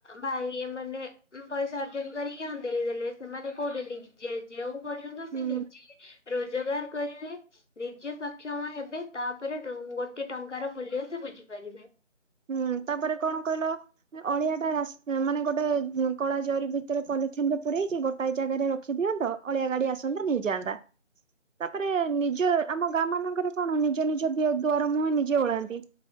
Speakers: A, on the left; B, on the right.
A: ଭାଇ ଏମାନେ ପଇସା ଅର୍ଜନ କରିକି ହଁ ଦେଇଦେଲେ ସେମାନେ କହୁଛନ୍ତି। ଯେ ଯେଉଁ ପର୍ଯ୍ୟନ୍ତ
B: ହୁଁ
A: ସେ ନିଜେ ରୋଜଗାର କରିବେ, ନିଜେ ସକ୍ଷମ ହେବେ, ତାପରେ ଗୋଟେ ଟଙ୍କାର ମୂଲ୍ୟ ସେ ବୁଝିପାରିବେ।
B: ହୁଁ। ତାପରେ କଣ କହିଲ? ଅଳିଆ ଟା ମାନେ ଗୋଟେ କଳା ଜରି ଭିତରେ ପଲିଥିନରେ ପୁରରେଇକି ଗୋଟାଏ ଜାଗାରେ ରଖିଦିଅନ୍ତ। ଅଳିଆ ଗାଡି ଆସନ୍ତା ନେଇ ଯାଆନ୍ତା। ତାପରେ ନିଜ ଆମ ଗାଁମାନଙ୍କରେ କଣ ନିଜ ନିଜ ଦୁଆର ମୁହଁ ନିଜେ ଓଳାନ୍ତି।